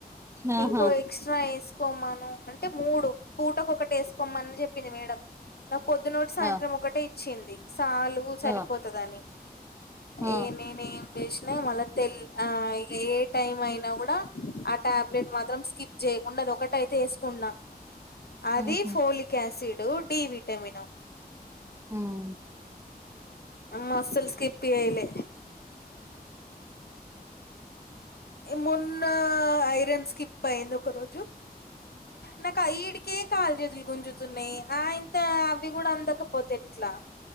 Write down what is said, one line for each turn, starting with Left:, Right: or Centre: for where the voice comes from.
Right: ఆహా
Left: ఇంకో ఎక్స్ట్రా వేసుకోమను అంటే అంటే మూడు పూటకు ఒకటి వేసుకోమ్మని చెప్పింది మేడంమ్ నాకు పొద్దున్నోటి సాయంత్రం
Right: ఆ
Left: ఒకటే వచ్చింది చాలు సరిపోతుందిని
Right: ఆ ఆ
Left: ఏ నేనే ఏం వేసినా మళ్ళా ల్ ఇ ఏ టైం అయినా కూడా అ టాబ్లెట్ మాత్రం స్కిప్ చేయకుండా అది ఒకటైతే వేసుకున్నా అది
Right: ఉహు
Left: ఫోలిక్ యాసిడ్ డి విటమన్
Right: హ్మ్మ్
Left: అమ్మా అసలు స్కకిప్యలే మొన్న ఐరన్ స్కిప్ అయింది ఒక రోజు నాకు ఇడికే కాలు చేతులు గుంజుతున్నాయి. ఆ ఇంత అవి కూడా అందకపోతే ఎట్లా